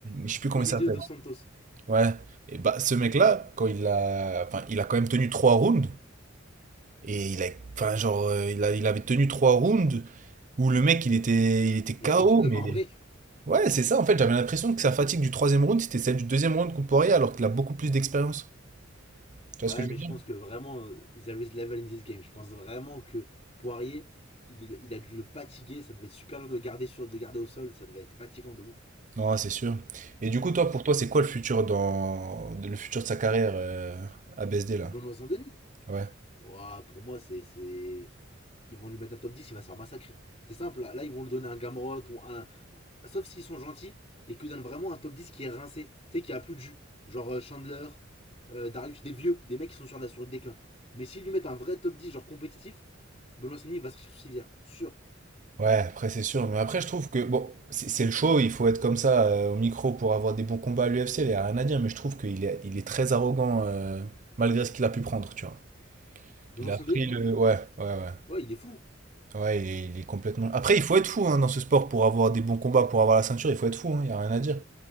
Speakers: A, on the right (about 40°); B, on the left (about 30°).
A: je sais plus comment
B: Eliseu
A: il s'appelle.
B: Dos Santos.
A: Ouais. Et bah, ce mec-là, quand il a, enfin, il a quand même tenu trois rounds. Et il a, enfin, genre, euh, il a, il avait tenu trois rounds où le mec, il était, il était KO,
B: <laughs> le
A: mais
B: marbré
A: ouais, c'est ça. En fait, j'avais l'impression que sa fatigue du troisième round, c'était celle du deuxième round contre Poirier, alors qu'il a beaucoup plus d'expérience. Tu
B: Ouais,
A: vois ce que je
B: mais
A: veux dire?
B: je pense que vraiment, euh, there is level in this game. Je pense vraiment que Poirier, il, il a dû le fatiguer. Ça devait être super dur de le garder, sur, de le garder au sol. Ça devait être fatigant de ouf.
A: Non, c'est sûr. Et du coup,
B: C'est
A: toi, pour
B: sûr.
A: toi, c'est quoi le futur dans, le futur de sa carrière euh, à BSD
B: pour
A: là?
B: Benoît Saint-Denis.
A: Ouais.
B: Ouah, pour moi, c'est, c'est. Ils vont lui mettre un top 10, il va se faire massacrer. C'est simple, là, là, ils vont lui donner un Gamrot ou un. Sauf s'ils sont gentils et qu'ils donnent vraiment un top 10 qui est rincé, tu sais, qui a plus de jus. Genre euh, Chandler, euh, Darius, des vieux, des mecs qui sont sur, la, sur le déclin. Mais s'ils lui mettent un vrai top 10, genre compétitif, Benoît Saint-Denis va sortir sur civière. Sûr.
A: Ouais, après c'est sûr, mais après je trouve que bon, c'est c'est le show, il faut être comme ça euh, au micro pour avoir des bons combats à l'UFC, il n'y a rien à dire, mais je trouve qu'il est, il est très arrogant euh, malgré ce qu'il a pu prendre, tu vois.
B: Benoît
A: Il a
B: Saint-Denis
A: pris le. Ouais, ouais, ouais.
B: Ouais, il est fou.
A: Ouais, il est, il est complètement. Après, il faut être fou hein, dans ce sport pour avoir des bons combats, pour avoir la ceinture, il faut être fou, hein, il n'y a rien à dire.